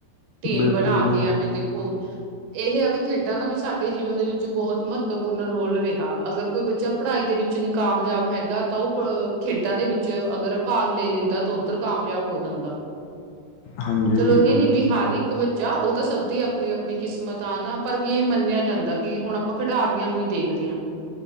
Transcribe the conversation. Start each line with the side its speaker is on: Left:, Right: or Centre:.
Right: ਟੀਮ
Left: ਬਿਲਕੁਲ
Right: ਬਣਾ
Left: ਜੀ।
Right: ਕੇ ਐਵੇਂ ਦੇਖੋ ਇਹ ਆ ਵੀ ਖੇਡਾਂ ਦਾ ਵੀ ਸਾਡਾ ਜੀਵਨ ਦੇ ਵਿੱਚ ਬਹੁਤ ਮਹੱਤਵਪੂਰਨ ਰੋਲ ਰਿਹਾ, ਅਗਰ ਕੋਈ ਬੱਚਾ ਪੜ੍ਹਾਈ ਦੇ ਵਿੱਚ ਨੀ ਕਾਮਯਾਬ ਹੈਗਾ। ਤਾਂ ਉਹ ਖੇਡਾਂ ਦੇ ਵਿੱਚ ਅਗਰ ਭਾਗ ਲੈ ਲੈਂਦਾ ਤਾਂ ਉੱਧਰ ਕਾਮਯਾਬ ਹੋ ਜਾਂਦਾ।
Left: ਹਾਂਜੀ
Right: ਚਲੋ
Left: ਬਿਲਕੁਲ
Right: ਇਹ ਨੀ
Left: ਜੀ,
Right: ਬ ਹਾਰ ਇੱਕ ਇੱਕ ਬੱਚਾ ਉਹ ਤਾਂ ਸਭ ਦੀ ਆਪਣੀ ਆਪਣੀ ਕਿਸਮਤ ਆ ਨਾ ਪਰ ਕੀ ਇਹ ਮੰਨਿਆ ਜਾਂਦਾ, ਕਿ ਹੁਣ ਆਪਾਂ ਖਿਡਾਰੀਆਂ ਨੂੰ ਹੀ ਦੇਖਦੇ ਹਾਂ,